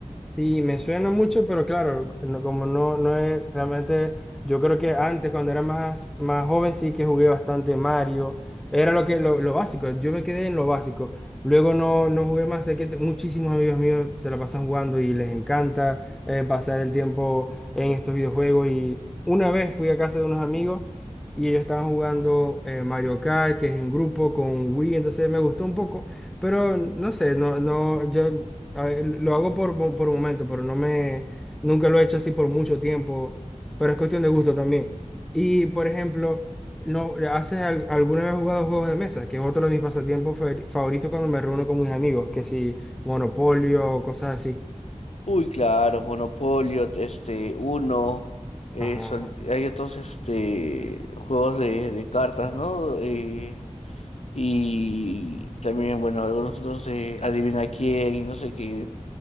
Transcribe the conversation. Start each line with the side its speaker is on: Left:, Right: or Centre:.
Centre: Sí, me suena mucho, pero claro, no- como no, no es realmente, yo creo que antes cuando era más, más joven sí que jugué bastante Mario, era lo que lo, lo básico, yo me quedé en lo básico, luego no, no jugué más, sé que t- muchísimos amigos míos se la pasan jugando y les encanta eh, pasar el tiempo en estos videojuegos y una vez fui a casa de unos amigos y ellos estaban jugando eh, Mario Kart, que es en grupo con Wii, entonces me gustó un poco. Pero no sé, no, no, yo a ver, lo hago por, mo- por momento, pero no me, nunca lo he hecho así por mucho tiempo, pero es cuestión de gusto también. Y, por ejemplo, no, ¿haces al- alguna vez has jugado juegos de mesa? Que es otro de mis pasatiempos fa- favoritos cuando me reúno con mis amigos, que si Monopolio o cosas así.
Left: Uy, claro, Monopolio, este, Uno, eh,
Centre: Ajá.
Left: sol- hay otros este, juegos de, de cartas, ¿no? Eh, y también, bueno, algunos otros de Adivina quién y no sé qué,